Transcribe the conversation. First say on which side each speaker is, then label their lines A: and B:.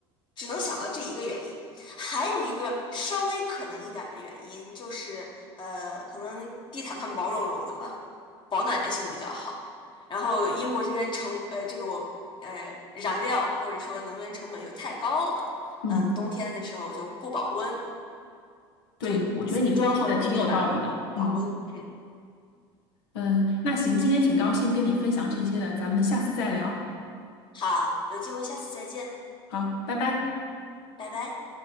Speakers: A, on the left; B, on the left.
A: 只能想到这一个原因，还有一个稍微可能一点的原因就是，呃，可能地毯它毛茸茸的嘛，保暖性比较好。然后英国这边成呃这个我呃燃料或者说能源成本又太高了，
B: 嗯。
A: 嗯，冬天的时候就不保温，
B: 对，
A: 对，
B: 你我觉得你分析的挺有道理的。
A: 瓷砖或者是木地板的话不保温。
B: 嗯
A: 嗯，
B: 嗯，那行，今天挺高兴跟你分享这些的，咱们下次再聊。
A: 好，有机会下次再见，
B: 好，拜拜。
A: 拜拜。